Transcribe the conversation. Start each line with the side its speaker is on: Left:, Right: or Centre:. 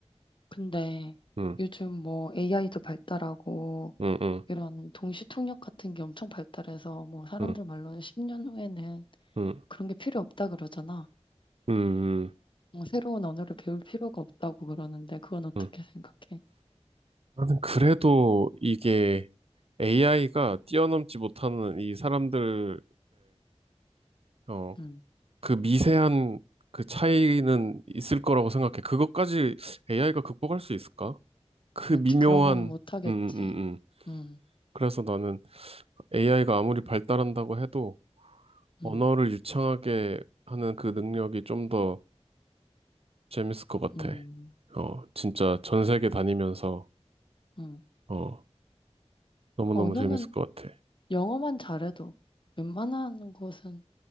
Left: 근데
Right: 음.
Left: 요즘 뭐 AI도 발달하고
Right: 음. 음.
Left: 이런 동시통역 같은 게 엄청 발달해서 뭐 사람들
Right: 음.
Left: 말로는 10년 후에는
Right: 음.
Left: 그런 게 필요 없다 그러잖아.
Right: 음.
Left: 어, 새로운 언어를 배울 필요가 없다고 그러는데 그건 어떻게
Right: 음.
Left: 생각해?
Right: 나는 그래도 이게 AI가 뛰어넘지 못하는 이 사람들의 어,
Left: 음,
Right: 그 미세한 그 차이는 있을 거라고 생각해. 그것까지 AI가 극복할 수 있을까? 그
Left: 그렇지.
Right: 미묘한
Left: 그런 거는 못하겠지.
Right: 음. 음. 음. 음.
Left: 음,
Right: 그래서 나는 AI가 아무리 발달한다고 해도 언어를
Left: 음,
Right: 유창하게 하는 그 능력이 좀 더 재밌을 것 같아.
Left: 음,
Right: 어, 진짜 전 세계 다니면서,
Left: 음.
Right: 어, 너무너무
Left: 아, 언어는
Right: 재밌을 것 같아.
Left: 영어만 잘해도 웬만한 곳은